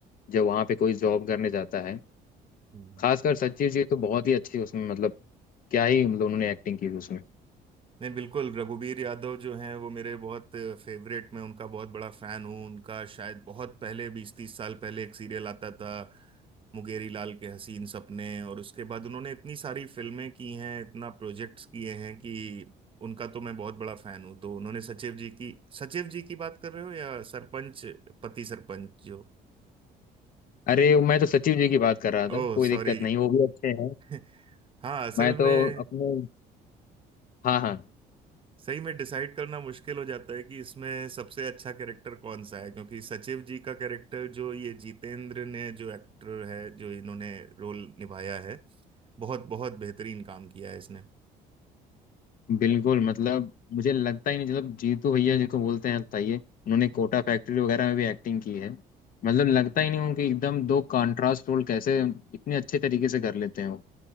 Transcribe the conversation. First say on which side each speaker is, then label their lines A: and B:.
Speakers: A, on the left; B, on the right.
A: जब वहाँ पे कोई जॉब करने जाता है
B: हूँ
A: खासकर सचिव जी तो बहुत ही अच्छी उसमें मतलब क्या ही मतलब उन्होंने एक्टिंग की थी उसमें
B: नहीं बिल्कुल रघुवीर यादव जो हैं वो मेरे बहुत फेवरेट मैं उनका बहुत बड़ा फैन हूँ उनका शायद बहुत पहले बीस तीस साल पहले एक सीरियल आता था मुंगेरी लाल के हसीन सपने और उसके बाद उन्होंने इतनी सारी फिल्में की हैं इतना प्रोजेक्ट्स किए हैं कि उनका तो मैं बहुत बड़ा फैन हूँ तो उन्होंने सचिव जी की सचिव जी की बात कर रहे हो या सरपंच पति सरपंच जो
A: अरे मैं तो सचिव जी की बात कर रहा था
B: Oh
A: कोई
B: sorry
A: दिक्कत नहीं वो भी अच्छे हैं
B: <laughs> हाँ असल
A: मैं तो
B: में
A: अपने हाँ हाँ
B: सही में डिसाइड करना मुश्किल हो जाता है कि इसमें सबसे अच्छा कैरेक्टर कौन सा है क्योंकि सचिव जी का कैरेक्टर जो ये जितेंद्र ने जो एक्टर है जो इन्होंने रोल निभाया है बहुत बहुत बेहतरीन काम किया है इसने
A: बिल्कुल मतलब मुझे लगता ही नहीं मतलब जीतू भैया जिनको बोलते हैं ताइये उन्होंने कोटा फैक्ट्री वगैरह में भी एक्टिंग की है मतलब लगता ही नहीं उनकी एकदम दो कंट्रास्ट रोल कैसे इतने अच्छे तरीके से कर लेते हैं वो